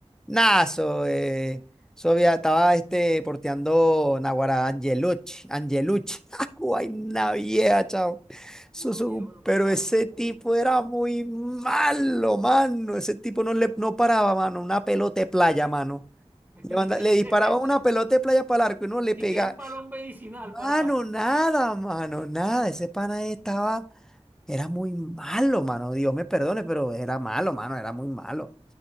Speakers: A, in the centre; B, on the right (about 15°).
A: Nazo, eh, Sovia, estaba este, porteando Naguará Angelucci, Angelucci, <laughs> ¡Ay, una vieja, chao. Eso
B: Puro
A: es un-
B: viejo lo
A: pero
B: que estaba
A: ese
B: hablando tú
A: tipo
B: ahí.
A: era muy malo, mano. Ese tipo no, le, no paraba, mano, una pelota de playa, mano.
B: <laughs>
A: Le, manda- le disparaba una pelota de playa para el arco y no le
B: Ni, ni
A: pegaba.
B: siquiera un balón medicinal paraba.
A: Mano, nada, mano, nada. Ese pana estaba. Era muy malo, mano. Dios me perdone, pero era malo, mano. Era muy malo.